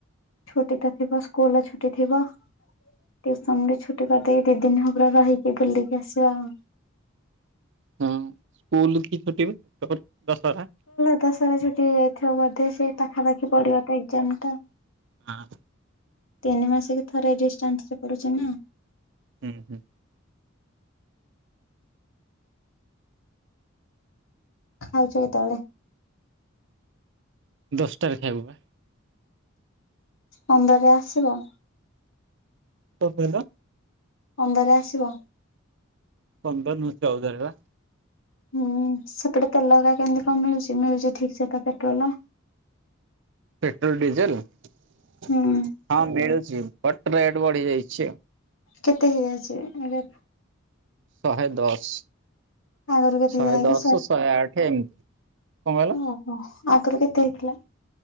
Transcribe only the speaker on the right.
ହଁ ସ୍କୁଲ କି ଛୁଟି ବେ ତୋର କି? ଦଶହରା।
ନା
ହୁଁ ହୁଁ
ଦଶଟାରେ ଖାଇବୁ ପା।
କଣ କହିଲ?
ପନ୍ଦର ନୁହ ଚଉଦାରେ ପା।
Petrol diesel. ହଁ
ମିଳୁଛି। ବଟ ରେଟ ବଢି ଯାଇଛି ଆଉ।
ଶହେ ଦଶ।
ଶହେ
ଦଶ
ଶହେ ଆଠ ଏମିତି କଣ କହିଲ।